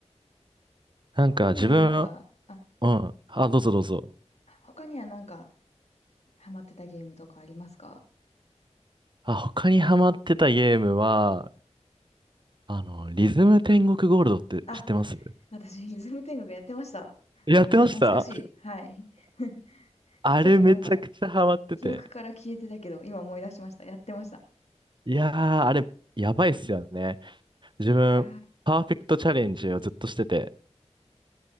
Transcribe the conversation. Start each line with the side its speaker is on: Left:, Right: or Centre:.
Right: なんか自分、
Left: 他にはなんか、あ、
Right: うん。あ、どうぞどうぞ。
Left: 他にはなんかハマってたゲームとかありますか？
Right: あ、他にハマってたゲームは、あの、リズム天国ゴールドって知ってます
Left: あ、私、イズム天国やってました。
Right: やってました
Left: あ、懐かしい。はい。<laughs>
Right: あれめちゃくちゃハマってて。
Left: ちょっとなんか記憶から消えてたけど、今思い出しました。やってました。
Right: いやー、あれ、やばいっすよね。自分、
Left: いや
Right: パーフェクトチャレンジをずっとしてて、